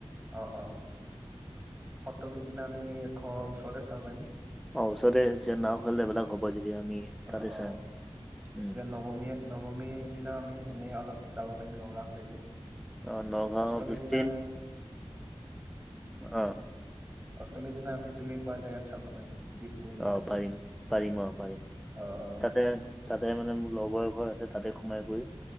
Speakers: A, on the right; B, in the centre.
A: অ', অ', সপ্তমীৰ দিনা আমি ঘৰৰ ওচৰতে চাব পাৰিম।
B: অ' ওচৰতে যেতিয়া নাওঁ <unintelligible> এইবিলাক হ'ব যদি আমি তাতে
A: অ', অ',
B: চাই
A: তেতিয়া
B: উম
A: নৱমীয়ে নৱমীৰ দিনা আমি এনেই অলপ যাব পাৰিম নগাঁও চাইডে।
B: অ' নগাঁও
A: অষ্টমীৰ
B: ফিফটিন,
A: দিনা আমি
B: অ'।
A: অষ্টমীৰ দিনা আমি তুমি কোৱা জেগাত চাব পাৰিম। ডিফু নে
B: অ'
A: ক
B: পাৰিম, পাৰিম অ' পাৰিম,
A: অ',
B: তাতে তাতে মানে মোৰ লগৰ এঘৰ আছে তাতে সোমাই কৰি